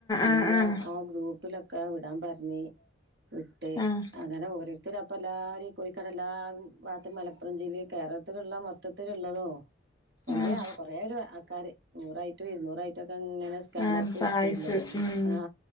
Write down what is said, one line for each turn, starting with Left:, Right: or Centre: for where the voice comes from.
Right: അങ്ങനെ
Left: ആഹ് ആഹ്
Right: ആ ഗ്രൂപ്പ് <unintelligible> വിടാൻ പറഞ്ഞഞ് വിട്ട്
Left: ആഹ്
Right: അങ്ങനെ <unintelligible> അപ്പൊ എല്ലാരും കോയിക്കോടെ എല്ലാ ഭാത്ത് മലപ്പുറം ജില്ല കേരളത്തിലുള്ള മൊത്തത്തിലുള്ളതോ എങ്ങനെയ
Left: ആഹ്
Right: കൊറേ ഒരു ആൾക്കാര് നൂറായിട്ടോ ഇരുന്നൂറായിട്ടോ അങ്ങനെ സ്കാനർക്ക്
Left: ആഹ്
Right: <unintelligible>
Left: സഹായിച്ചു
Right: ഇടങ്ങിയോ
Left: ഉം
Right: ആ